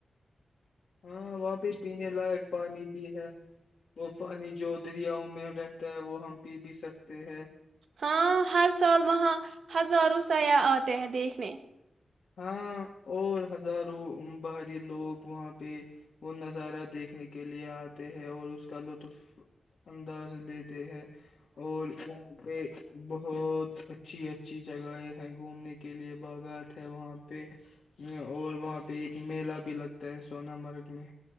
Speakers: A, on the left; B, on the right.
A: ہاں وہ بھی پینے لائق پانی بھی ہے وہ پانی جو دریاؤ میں رہتا ہے وہ ہم پی بھی سکتے ہیں
B: ہاں ہر سال وہاں ہزاروں سیاح آتے ہیں دیکھنے
A: ہاں اور ہزاروں باہری لوگ وہاں پہ وہ نظارہ دیکھنے کے لیے آتے ہے اور اس کا لطف انداز لیتے ہیں اور پ پہ بہت اچھی اچھی جگہیں ہیں گھومنے کے لیے باغات وہاں پہ اور وہاں پہ ایک میلہ بھی لگتا ہے سونا مارگ میں